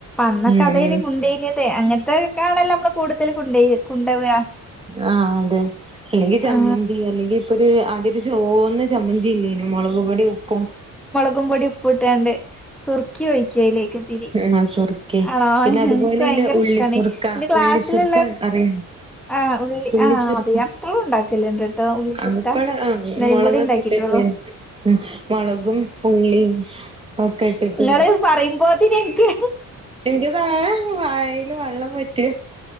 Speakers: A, in the centre; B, on the right (about 15°).
A: അന്നൊക്കെ
B: ഉം
A: അതേലും. <unintelligible> അതെ അങ്ങനത്തെയൊക്കെ ആണല്ലോ നമ്മള് കൂടുതൽ കൊണ്ടര് കൊണ്ട് വരാ.
B: ആഹ് അതെ അല്ലെങ്കിൽ ചമ്മന്തി
A: ആ
B: അല്ലെങ്കിൽ. ഇപ്പോ ഒരു അടു ഒരു ചവുന്ന ചമ്മന്തിയില്ലേ? നമ്മള് ഒരുപിടി ഉപ്പും
A: മുളകുപൊടി ഉപ്പും ഇട്ടോണ്ട്. സുർക്കി ഒഴിക്കും അതിലേക്ക് ഇത്തിരി,
B: ആഹ് സുർക്കെ
A: ആണോ
B: പിന്നെ അതുപോലെ
A: എനിക്ക് ഭയങ്കര
B: തന്നെ ഉള്ളിസുർക്ക
A: ഇഷ്ടാണ് എന്റെ ക്ലാസ്സിലുള്ള
B: ഉള്ളിസുർക്ക അറിയാം
A: ആഹ് ഉള്ളി
B: ഉള്ളിസുർക്ക
A: ആഹ് അതെ എപ്പളും ഉണ്ടാക്കാല് ഉണ്ട് കേട്ടോ, ഉള്ളി സുർക്ക
B: അപ്പള് ആഹ്
A: ഇന്നലെയും
B: മുളകൊക്കെ
A: കൂടി ഉണ്ടാക്കിട്ടോള്ളൂ.
B: ഇട്ടിട്ട് ഉം മുളകും ഉള്ളിയും ഒക്കെ. ഇട്ടിട്ട്
A: നിങ്ങള് പറയുമ്പോൾ എനിക്ക്.
B: എനിക്ക് കാണാം വായിൽ വെള്ളം വറ്റ്.